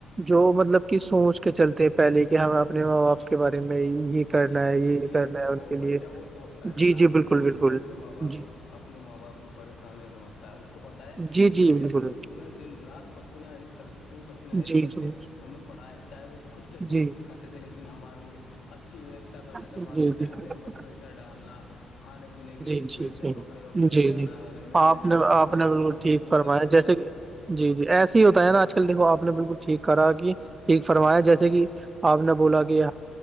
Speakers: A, on the right; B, on the left.
A: جو مطلب کہ سوچ
B: جی
A: کے چلتے ہیں پہلے کہ ہمیں اپنے ماں باپ کے بارے میں یہ کرنا
B: کہ
A: ہے یہ
B: دیکھیے
A: کرنا ہے ان
B: وہ
A: کے
B: بچہ
A: لیے
B: وہ سوچتا ہے جناب
A: جی جی بالکل
B: جو
A: بالکل
B: جو اپنے ماں باپ
A: جی
B: کی اپنے ماں باپ کی پریشانیاں سمجھتا ہے اس کو پت ہے
A: جی
B: کہ
A: جی
B: میرے
A: بالکل
B: امی ابو نے دن رات پسیینہ ایک کر کے خون پسینہ
A: جی
B: ایک کر
A: جی
B: کے ہمیں پڑا ہے چاہے وہ خود چٹنی
A: جی
B: روٹی کاتے تھے لیکن ہمارے لیے اچھی ویوستھ کرتے تھے
A: جی
B: ہمارے
A: جی
B: ٹائم ٹائم پر پیسا ڈالنا کھانے پینے کے
A: جی
B: جو
A: جی
B: پیسے
A: جی
B: کپڑے وغیرہ
A: جی
B: دلانا
A: جی
B: اور رہنے
A: آپ
B: سہنے
A: نے
B: کے
A: آپ
B: جو ہے
A: نے بالکل
B: چپل
A: ٹھیک
B: جوتے
A: فرمایا
B: بڑھ
A: جیسے
B: گیا
A: کہ جی جی ایسے ہی ہوتا ہے نا آج کل دیکھو آپ نے بالکل ٹھیک کرا کہ ٹھیک فرمایا جیسے کہ آپ نے بولا کہ